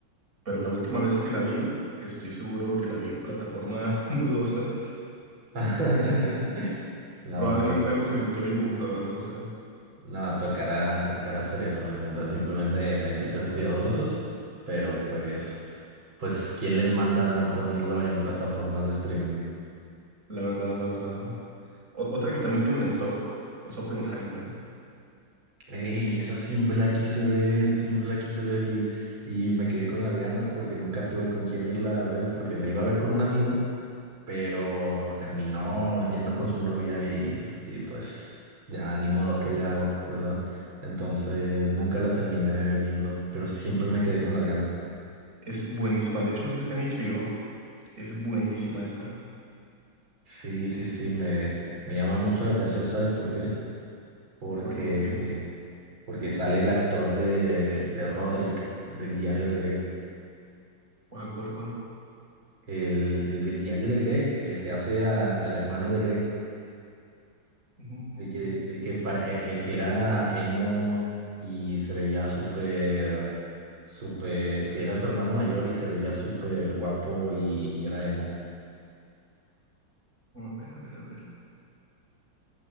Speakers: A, on the right; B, on the right.
A: Pero la última vez que la vi, estoy seguro que la vi en plataformas <laughs> dudosas.
B: <laughs> No,
A: Probablemente
B: pues,
A: algo se le metió a mi computadora, no lo sé.
B: no, tocará, tocará hacer eso, la neta. Simplemente hay que ser cuidadosos, pero pues, pues, ¿quién les manda a no ponerlo en plataformas de streaming?
A: La verdad, la verdad. O- otra que también tengo en el top es Oppenheimer.
B: Ey, esa siempre la quise ver, siempre la quise ver y, y me quedé con las ganas porque nunca tuve con quién irla a ver, porque la iba a ver con un amigo. pero terminó yendo con su novia y, y pues ya ni modo, ¿qué le hago, verdad? Entonces nunca la terminé viendo, pero siempre me quedé con las ganas.
A: Es buenísima. De hecho, creo que está en HBO. Es buenísima esa.
B: Sí, sí, sí, me, me llama mucho la atención, ¿sabes por qué? Porque,
A: Porque, porque,
B: porque sale el actor de, de Roderick, del diario de Greg,
A: ¿cuál, cuál, cuál?
B: el, el del diario de Greg, el que hace a- al hermano de Greg.
A: Mm,
B: El que, el que, pa- e- el que era emo y se veía súper, súper, que era su hermano mayor y se veía súper guapo y, y era emo.
A: A ver, a ver, a ver.